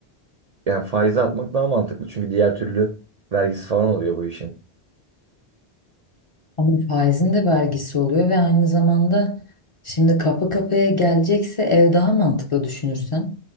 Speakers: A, on the right; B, on the left.
A: yani faize atmak daha mantıklı. Çünkü diğer türlü vergisi falan oluyor bu işin.
B: Ama faizin de vergisi oluyor ve aynı zamanda şimdi kapı kapıya gelecekse ev daha mantıklı düşünürsen.